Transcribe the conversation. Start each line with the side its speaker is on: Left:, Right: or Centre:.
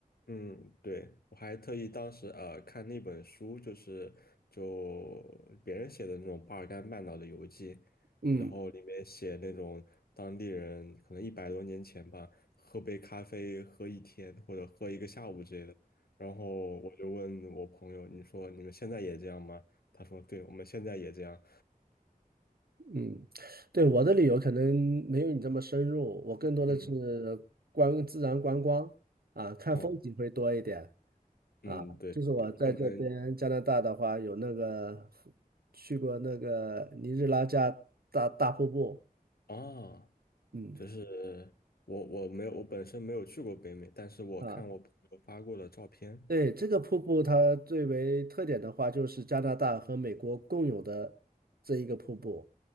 Left: 嗯，对，我还特意当时呃看那本书，就是就别人写的那种巴尔干半岛的游记，
Right: 嗯，
Left: 然后里面写那种当地人可能一百多年前吧，喝杯咖啡喝一天或者喝一个下午之类的。然后我就问我朋友，你说你们现在也这样吗？他说，对，我们现在也这样。
Right: 嗯，对，我的旅游可能没有你这么深入，我更多的是
Left: 嗯，
Right: 观自然观光啊，看风景会多一点
Left: 哦，
Right: 啊。
Left: 嗯，对，
Right: 就是我在这边加拿大的话，
Left: 也可能
Right: 有那个去过那个尼日拉加大大瀑布，
Left: 啊。
Right: 嗯
Left: 就是我我没有我本身没有去过北美，但是我看我朋友发过的照片，
Right: 啊，对，这个瀑布它最为特点的话，就是加拿大和美国共有的这一个瀑布。